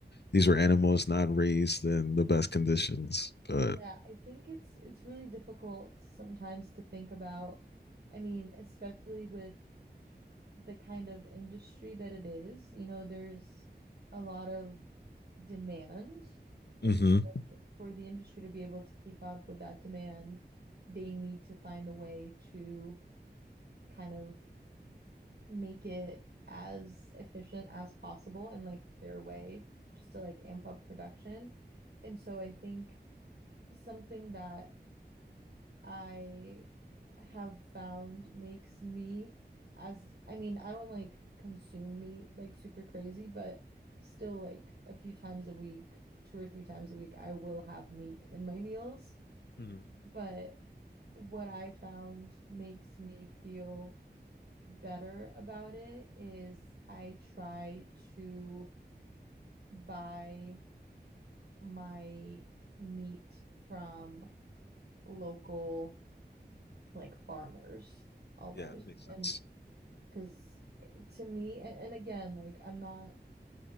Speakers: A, on the left; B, on the right.
A: these were animals not raised in the best conditions. But
B: Yeah, I think it's it's really difficult sometimes to think about. I mean, especially with the kind of industry that it is. You know, there's a lot of demand. And
A: mm-hmm.
B: so for the industry to be able to keep up with that demand, they need to find a way to kind of make it as efficient as possible and like their way, just to like amp up production. And so I think something that I have found makes me as I mean, I don't like consume meat like super crazy, but still like a few times a week, two or three times a week, I will have meat in my meals.
A: Mm-hmm.
B: But what I found makes me feel better about it is I try to buy my meat from local like farmers almost.
A: yeah, that makes sense.
B: And because to me, and, and again, like I'm not